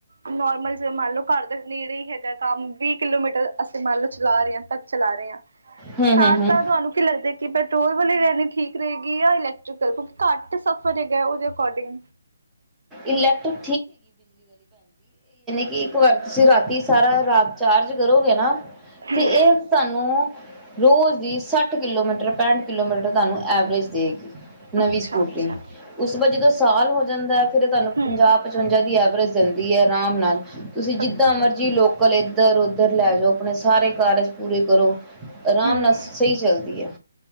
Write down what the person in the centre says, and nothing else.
ਹਮ
ਹਮ ਹਮ
ਇਲੈਕਟ੍ਰਿਕ ਕੀ ਇੱਕ ਵਾਰ ਤੁਸੀਂ ਰਾਤੀ ਸਾਰਾ ਰਾਤ ਚਾਰਜ ਕਰੋਗੇ ਨਾ
ਤੇ ਇਹ ਸਾਨੂੰ ਰੋਜ਼ ਦੀ ਸੱਠ- ਕਿਲੋਮੀਟਰ, ਪੈਂਹਠ- ਕਿਲੋਮੀਟਰ ਤੁਹਾਨੂੰ ਐਵਰੇਜ ਦੇਗੀ। ਨਵੀਂ
ਸਕੂਟਰੀ
ਉਸ ਤੋਂ ਬਾਅਦ ਜਦੋਂ ਸਾਲ ਹੋ ਜਾਂਦਾ। ਫਿਰ ਤੁਹਾਨੂੰ
ਪੰਜਾਹ- ਪਚਵੰਜਾ ਦੀ ਐਵਰੇਜ ਦਿੰਦੀ ਹੈ ਆਰਾਮ ਨਾਲ, ਤੁਸੀਂ ਜਿੱਦਾਂ
ਮਰਜੀ ਲੋਕਲ ਇਧਰ- ਉਧਰ ਲੈਜੋ ਆਪਣੇ ਸਾਰੇ ਕਾਰਜ ਪੂਰੇ ਕਰੋ, ਆਰਾਮ
ਨਾਲ ਸਹੀ ਚੱਲਦੀ ਹੈ।